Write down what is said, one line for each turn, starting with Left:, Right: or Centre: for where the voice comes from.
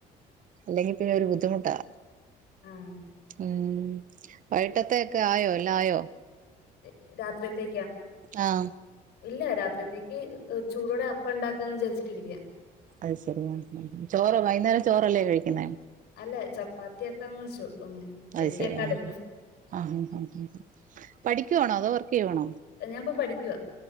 Right: ല്ലെങ്കി പിന്നൊരു ബുദ്ധിമുട്ടാ.
Left: ആഹ്
Right: ഉം വൈട്ടെത്തക്കെ ആയോ എല്ലാ ആയോ.
Left: ര് രാത്രിത്തേ
Right: ആഹ്
Left: ഇല്ല രാത്രിത്തേക്ക് <unintelligible> ചൂടോടെ അപ്പ ണ്ടാക്കാന്ന് വിചാരിച്ചിട്ടിരിക്ക്യ
Right: അഹ് ശരിയാ ഉം ഉംചോറൊ വൈന്നേരം ചോറല്ലേ കഴിക്കുന്നെ
Left: അല്ല ചപ്പാത്തിയാക്കാന്ന് വെച്ചു ഉം ഹെൽത്തി
Right: അഹ്ശരി
Left: ആക്കാലോ
Right: ആഹ് അ അ ഉം <unintelligible> ണോ അതോർ ലീവാണോ
Left: ഞാൻപ്പോ പഠിക്കുവാ